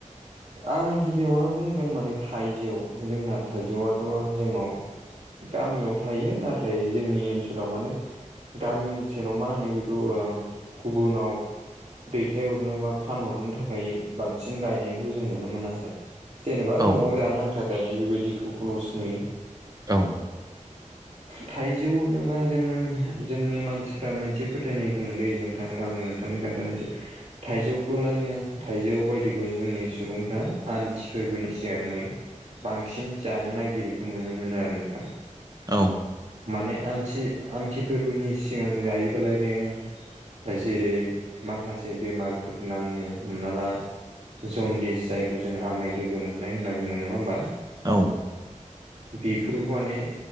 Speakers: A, on the right (about 55°); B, on the right (about 30°).
A: आं गिबियावनो बुंगोन माने थाइजौ जोंना थाइजौआथ' जोंनाव गामियाव थायो नाथाय जोंनि ओनसोलाव माने गामि ओनसेराव मा होनो बेखौ गुबुनाव दैथायहरनो बा फानहरनो थाखाय बांसिन गायनायखौ जों नुनो मोना आरो जेनेबा
B: औ
A: न'आव जानो आन्था गायनाय बेबायदिखौ लस नुयो।
B: औ
A: थाइजौ होनोबा जों जोंनि मानसिफ मोनसे फो फोथायनाय दं द दै नोंथां आं नोंथांनो खोन्थानोसै थाइजौखौ लायनो थाइजौ बायदिखौ जोंनि सुबुंफ्रा आमथि फोरबोनि सिगाङै बांसिन जानो नागिरखौ नुनो मोनो आरो नोंथां।
B: औ।
A: माने आमथि आमथि फोरबोनि सिगां जायोबालायनो। जेरै माखासे बेमारफोर नाङो हमना ला जनदिस जाय जों आमाय लोगो मोननाय होनना बुङो नङा होमबा?
B: औ
A: बेफोरखौ माने